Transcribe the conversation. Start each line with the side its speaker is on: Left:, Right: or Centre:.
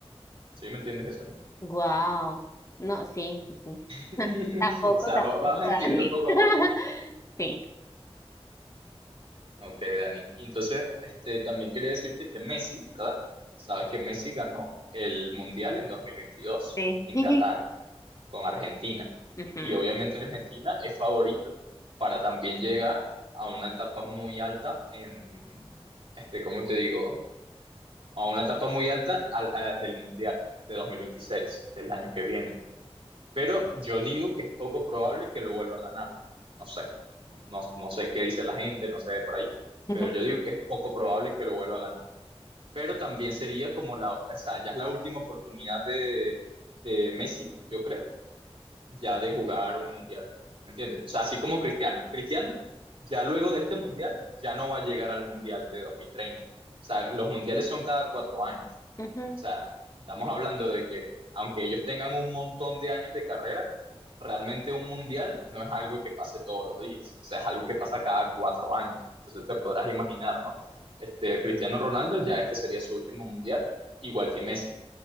Right: ¿Sí me entiendes eso, no?
Left: Wow. No, sí, sí, sí.
Right: <laughs>
Left: Tampoco,
Right: O sea,
Left: tampoco,
Right: va- vas entiendo
Left: Dani.
Right: poco
Left: <laughs>
Right: a poco.
Left: Sí,
Right: Ok, Dani. Y entonces, este, también quería decirte que Messi, ¿verdad? Sabes que Messi ganó el Mundial en dos mil veintidós
Left: sí.
Right: en Qatar, con Argentina.
Left: <laughs> Ujú.
Right: Y obviamente Argentina es favorito para también llegar a una etapa muy alta en, este, ¿cómo te digo? A una etapa muy alta al- a- del Mundial de 2026 del año que viene pero yo digo que es poco probable que lo vuelva a ganar. No sé, no, no, no sé qué dice la gente, no sé de por ahí,
Left: <laughs>
Right: pero yo digo que es poco probable que lo vuelva a ganar. Pero también sería como la, o sea, ya es la última oportunidad de, de Messi, yo creo, ya de jugar un mundial. ¿Me entiendes? O sea, así como Cristiano. Cristiano, ya luego de este mundial, ya no va a llegar al mundial de 2030. O sea, los mundiales son cada cuatro años.
Left: Ujú.
Right: O sea, estamos hablando de que aunque ellos tengan un montón de años de carrera, realmente un mundial no es algo que pase todos los días, o sea, es algo que pasa cada cuatro años. Entonces te podrás imaginar, ¿no? Este, Cristiano Ronaldo ya este sería su último mundial, igual que Messi.